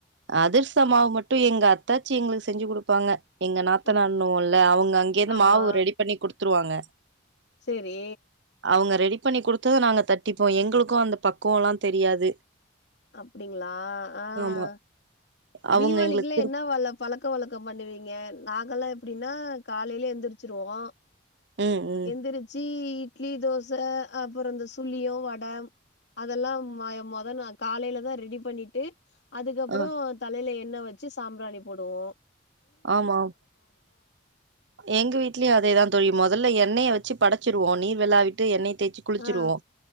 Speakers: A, on the right; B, on the left.
A: அதிர்சமாவ மட்டும் எங்க அத்தாச்சி எங்களுக்கு செஞ்சு கொடுப்பாங்க எங்க நாத்தனானும்ல்ல
B: அப்
A: அவங்க அங்கேருந்து
B: ஆமா
A: மாவு ரெடி பண்ணி கொடுத்து கொடுத்துருவாங்க
B: சேரி
A: அவங்க ரெடி பண்ணி கொடுத்த நாங்க தட்டிப்போம் எங்களுக்கும் அந்த பக்குவம் எல்லாம் தெரியாது
B: அப்படிங்களா ஆஹ்
A: ஆமா அவங்க
B: தீபாவளிக்கெல்லா
A: எங்களுக்கு குடு
B: என்ன வழ பழக்க வழக்கம் பண்ணுவீங்க நாங்கெல்லாம் எப்படின்னா காலையிலே எழுந்திரிச்சிருவோம்
A: ம் ம்.
B: எந்திரிச்சி இட்லி தோசை அப்புற இந்த சுள்ளியும் வடை அதெல்லாம் முத நா காலையிலதான் ரெடி பண்ணிட்டு அதுக்கப்புறம்
A: ஆ
B: தலையில என் எண்ணெ வச்சு சாம்பிராணி போடுவோம்
A: ஆமா எங்க வீட்லயும் அதேதான் தோழி முதல்ல எண்ணெய வச்சு படைச்சிருவோம் நீர் விளாவிட்டு எண்ணெய தேய்ச்சு குளிச்சிருவோம்
B: ஆ